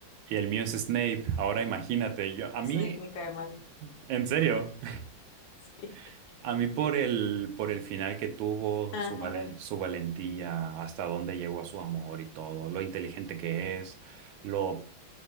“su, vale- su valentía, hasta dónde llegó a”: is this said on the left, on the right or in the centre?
Right